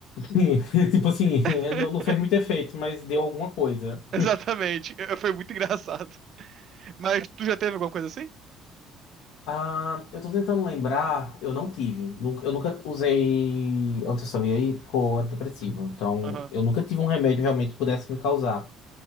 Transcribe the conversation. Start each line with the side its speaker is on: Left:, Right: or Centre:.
Left: Sim, <laughs> Tipo assim,
Right: <laughs>
Left: é, não, não fez muito efeito, mas deu alguma coisa.
Right: Exatamente. Eu- Foi muito engraçado. Mas tu já teve alguma coisa assim?
Left: Ah, eu tô tentando lembrar, eu não tive. Nunca- Eu nunca usei antissolírico ou antidepressivo. Então,
Right: Aham,
Left: eu nunca tive um remédio realmente que pudesse me causar.